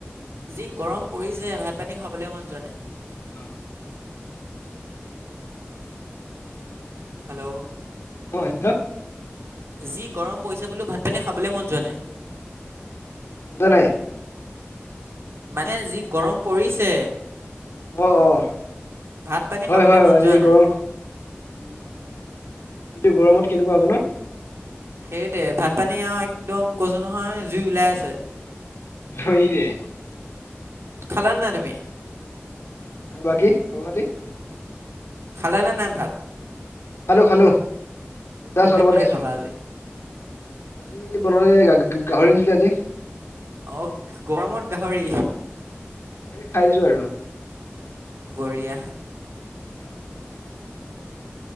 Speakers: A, on the right (about 85°); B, on the left (about 90°).
A: যি গৰম পৰিছে ভাত পানী খাবলৈ মন যোৱা নাই।
B: অ
A: হেল্ল'
B: ক এতলত
A: যি গৰম পইছো বোলোঁ ভাত পানী খাবলৈ মন যোৱা নাই।
B: বুজ নাই।
A: মানে যি গৰম পৰিছে।
B: অহ অ
A: ভাত পানী
B: হয়
A: খাবলৈ
B: হয়
A: মন যোৱা
B: এই গৰমখনত
A: নাই
B: এইটো গৰমত কেনেকুৱা আপোনাৰ?
A: সেইটোৱে ভাত পানী আও একদম কৈছো নহয় জুই ওলাই আছে।
B: তই এৰি দে
A: খালা নাই তুমি?
B: আৰু বাকী খব খাতি।
A: খালে নে নাই ভাত।
B: খালো খালো, জাষ্ট
A: কিহেৰে
B: অলপত আগত খাইছো।
A: খালা আজি
B: আজি বন গাহৰি গা গা গাহৰি আনছিলে আজি।
A: অ গৰমত গাহৰি।
B: সেই খাইছো আৰু।
A: বঢ়িয়া।
B: অহ